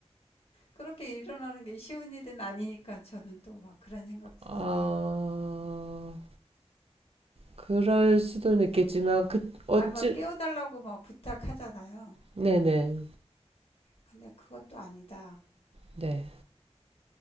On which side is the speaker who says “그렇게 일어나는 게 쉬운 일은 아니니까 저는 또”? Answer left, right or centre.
Left